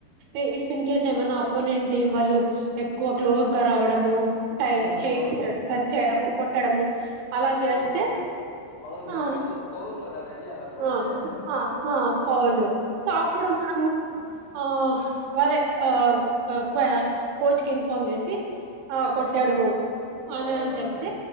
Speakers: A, on the right; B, on the left.
A: ఇ-ఇఫ్ ఇన్ కేస్ ఏమన్న అపోనెంట్ టీమ్ వాళ్ళు ఎక్కువ క్లోజ్ గా రావడము టై
B: ఉమ్
A: ఎ చే
B: ఉమ్ అవునులేండి
A: టచ్ చేయడము కొట్టడము అలా చేస్తే
B: ఓహో అవునులేండి
A: హా
B: ఫౌల్ ఫౌల్లో కదండి అలా కొడితే
A: ఆ ఆ ఆ ఫౌలు సాప్
B: ఆ
A: ప్పుడు మనము ఆ హ్ గదే ఆ అ క్వా కోచ్ కిన్ఫార్మ్ జేసి ఆ కొట్టాడు అని
B: ఔనౌలేండి
A: అని చెప్తే